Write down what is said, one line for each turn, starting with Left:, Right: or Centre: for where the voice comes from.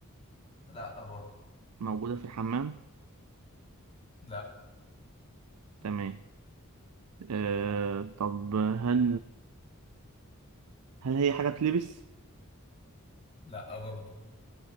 Left: لا برضه
Right: موجودة في الحمام
Left: لا
Right: تمام آه... طب هل هل هي حاجة تلبس
Left: لا برضه